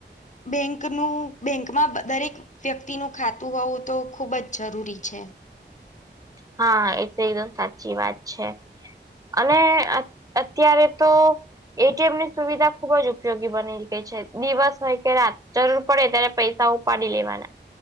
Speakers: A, on the left; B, on the right.
A: બેંકનું બેંકમાં દરેક વ્યક્તિનું ખાતું હોવું તો ખુબ જ જરૂરી છે.
B: હા એ તો એકદમ સાચી વાત છે. અને અ અત્યારે તો એટીએમની સુવિધા ખુબ જ ઉપયોગી બની ગઈ છે, દિવસ હોય કે રાત જરૂર પડે ત્યારે પૈસા ઉ પાડી લેવાના